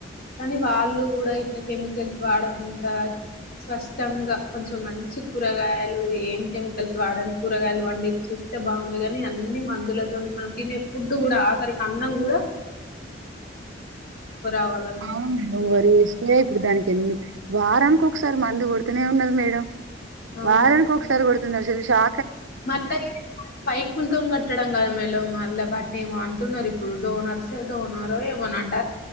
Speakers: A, on the left (about 55°); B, on the right (about 80°).
A: కానీ వాళ్ళు గుడా ఇట్లా కెమికల్స్ వాడకుండా స్వష్టంగా కొంచెం మంచి కూరగాయలు ఏం కెమికల్స్ వాడని కూరగాయలు వండిచ్చిస్తే బాగుండు గనీ అన్ని మందులతోని మనం తినే ఫుడ్ గుడ ఆఖరికి అన్నం గుడ రావాలని
B: అవును వరి చేస్తే ఇప్పుడు దానికి ఎన్ని వారానికోకసారి మందు గొడ్ తనే ఉన్నది మేడం.
A: అవును
B: వారన్కి ఒకసారి కొడుత షా
A: మళ్ళ పైపుల్తోన్ కట్టడం గాదు మేడం మళ్ళ బట్ నేమో అంటున్నారు ఇప్పుడు డోనర్స్ డోనరో ఏమని అంట